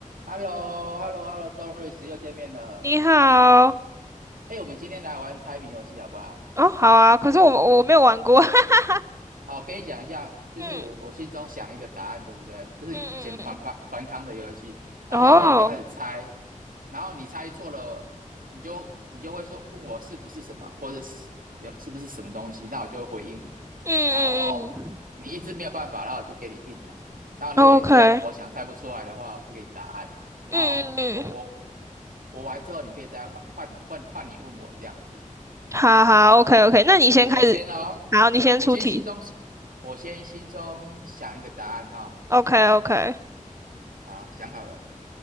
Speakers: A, on the right; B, on the right.
A: h e l l o h e l l o h e l l o d o r i s 又见面了。
B: 你好，
A: 哎，我们今天来玩猜谜游戏好不好？
B: 哦，好啊，可是我我没有玩过，
A: 你知道，
B: <laughs>
A: 好，我跟你讲一下，就是我我心中想一个答案，
B: 嗯
A: 对不对？就是以前团康团康的游戏，
B: 嗯嗯
A: 然后呢，
B: 嗯，哦，
A: 你就开始猜，然后你猜错了，你就你就会说问我是不是什么，或者是有是不是什么东西，那我就会回应你，
B: 嗯嗯嗯
A: 然后你一直没有办法，然后我就给你 hint，然后如果你最后投降猜不出来的话，
B: o k
A: 我就给你答案，然后我我
B: 嗯嗯嗯嗯，
A: 我完之后，你可以再换换你换换你问我这样子，
B: 好好，OK
A: 好。
B: OK，那你先开始，
A: 我我先哦，
B: 好，你先出题
A: 我先心中想，我先心中想一个答案哈、
B: ，OK OK，
A: 啊，想好了。